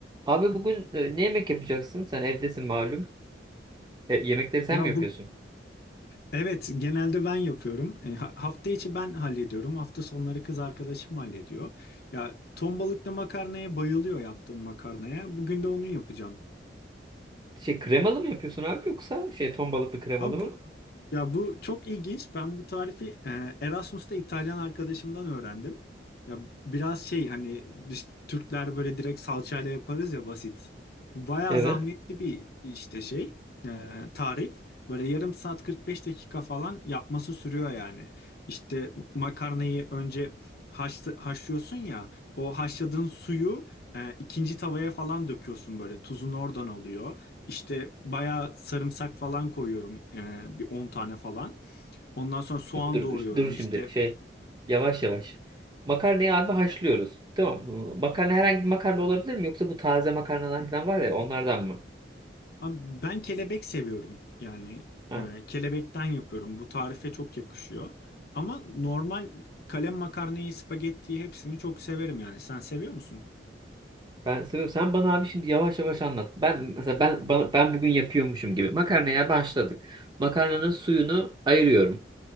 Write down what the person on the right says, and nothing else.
Abi bugün e, ne yemek yapacaksın? Sen evdesin malum. E, yemekleri sen
mi yapıyorsun?
Şey kremalı mı yapıyorsun abi yoksa şey ton balıklı kremalı
mı?
Evet.
Dur dur
dur, dur şimdi
şey yavaş yavaş. Makarnayı abi haşlıyoruz. Tamam. mı? Makarna herhangi bir makarna olabilir mi? Yoksa bu taze makarnalar falan var ya onlardan mı?
Ha,
ben seviyorum. Sen bana abi şimdi yavaş yavaş anlat. Ben mesela ben bana, ben bugün yapıyormuşum gibi. Makarnaya başladık. Makarnanın suyunu ayırıyorum.